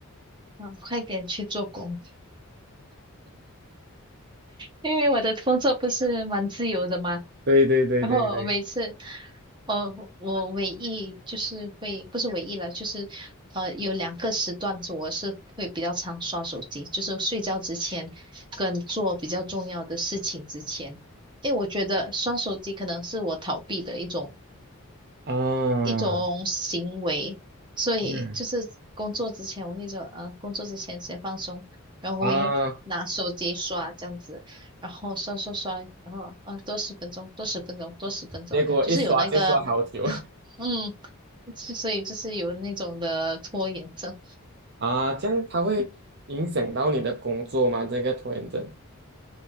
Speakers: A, on the right; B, on the right.
A: 嗯，快点去做工。因为我的工作不是蛮自由的嘛，
B: 对对对对对，
A: 然后我每次，呃，我唯一就是会，不是唯一了，就是呃，有两个时段子我是会比较常刷手机，就是睡觉之前跟做比较重要的事情之前，因为我觉得刷手机可能是我逃避的一种
B: 啊，
A: 一种行为，所以就是工作之前我会说，
B: 嗯
A: 呃，工作之前先放松，然后我会拿手机刷这样子，
B: 啊，
A: 然后刷刷刷，然后啊，多十分钟，多十分钟，多十分钟，
B: 结果一刷就刷好久
A: 就是有那个，<laughs> 嗯，是所以就是有那种的拖延症，
B: <laughs> 啊，这样它会影响到你的工作吗？这个拖延症，